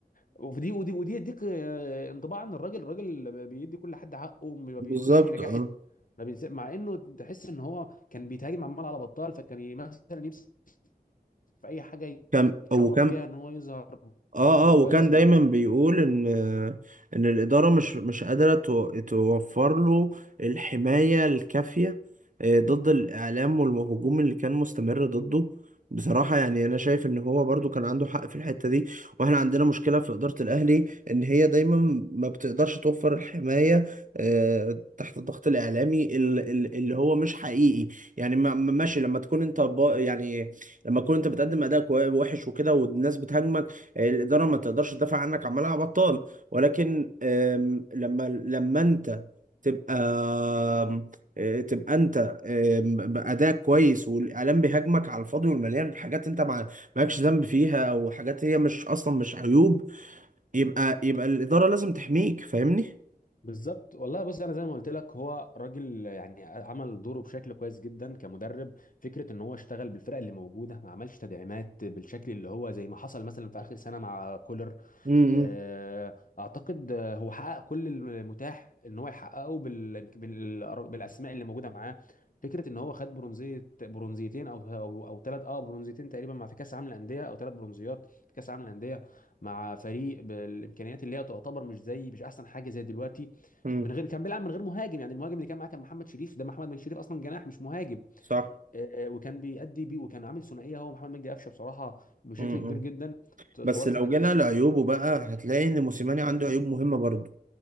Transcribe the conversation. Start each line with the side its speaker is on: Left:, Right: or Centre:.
Left: وفي دي ودي ودي يديك آه، انطباع ان الراجل الراجل بيدي كل حد حقه ما
Right: بالظبط
Left: بينسبش نجاح
Right: اه
Left: ما بينسب مع انه تحس ان هو كان بيتهاجم عمال على بطال فكان ي- مثلا يمسك في اي حاجه
Right: كم
Left: يتشعبط
Right: وكم
Left: فيها ان هو يظهر
Right: اه
Left: بشكل
Right: اه
Left: كويس
Right: وكان دايما
Left: مع
Right: بيقول ان ان الاداره مش مش قادره تو- توفر له الحمايه الكافيه آه، ضد الاعلام والهجوم اللي كان مستمر ضده بصراحه يعني انا شايف ان هو برضو كان عنده حق في الحته دي واحنا عندنا مشكله في اداره الاهلي ان هي دايما ما بتقدرش توفر الحمايه آه، تحت الضغط الاعلامي ال- ال- اللي هو مش حقيقي يعني ما- ما- ماشي لما تكون انت با- يعني لما تكون انت بتقدم اداء كوي- وحش وكده والناس بتهاجمك الاداره ما تقدرش تدافع عنك عمالها بطال ولكن آم، لما لما انت تبقى آم، آه، تبقى انت آم، بادائك كويس والاعلام بيهاجمك على الفاضي والمليان بحاجات انت ما مالكش ذنب فيها او حاجات هي مش اصلا مش عيوب يبقى يبقى الاداره لازم تحميك فاهمني
Left: بالظبط والله بص انا زي ما قلت لك هو راجل يعني عمل دوره بشكل كويس جدا كمدرب فكره ان هو اشتغل بالفرق اللي موجوده ما عملش تدعيمات بالشكل اللي هو زي ما حصل مثلا في اخر سنه مع كولر
Right: امم
Left: آه، اعتقد آه، هو حقق كل المتاح ان هو يحققه بال... بال... بالاسماء اللي موجوده معاه فكره ان هو خد برونزيه برونزيتين او او او ثلاث اه برونزيتين تقريبا مع في كاس عالم الانديه او ثلاث برونزيات في كاس عالم الانديه مع فريق بالامكانيات اللي هي تعتبر مش زي مش احسن حاجه زي دلوقتي
Right: امم
Left: من غير كان بيلعب من غير مهاجم يعني المهاجم اللي كان معاه كان محمد شريف ده محمد مجدي شريف اصلا جناح مش مهاجم
Right: صح
Left: آه، وكان بيأدي بيه وكان عامل ثنائيه هو محمد مجدي قفشه بصراحه بشكل
Right: امم
Left: كبير جدا طوال
Right: بس لو
Left: سنتين
Right: جينا
Left: اتنين
Right: لعيوبه بقى هتلاقي ان موسيماني عنده عيوب مهمه برضه